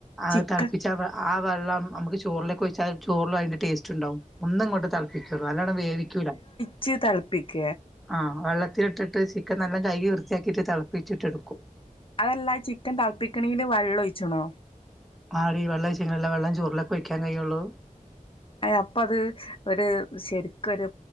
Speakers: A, in the centre; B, on the left (about 40°).
A: ആ
B: ചിക്കൻ
A: തിളപ്പിച്ച ആ വെളളം നമുക്ക് ചോറിലൊക്കെ ഒഴിച്ചാ ചോറു ല അതിന്റെ ടസ്റ്റ്ണ്ടാവും ഒന്ന ഇങ്ങോട്ട് ത നല്ലോണം വേവിക്കൂല്ല
B: ഇച്ച് തിളപ്പിക്ക
A: ആഹ് വെള്ളത്തിലിട്ടിട്ട് ചിക്കൻ നല്ലാം കൈകി വൃത്തിയാക്കിയിട്ട് തിളപ്പിച്ചിട്ട എടുക്കും
B: അതല്ല ചിക്കൻ തിളപ്പിക്കണെങ്കില് വെള്ളം ഒഴിച്ചോണോ
A: ആടി വെള്ള ഒഴിശയങ്ങളല്ല വെള്ള ചോറിലൊക്കെ ഒഴിക്കാൻ കഴിയുള്ളൂ
B: ആയി അപ്പ അത് ഒരു ശരിക്കരു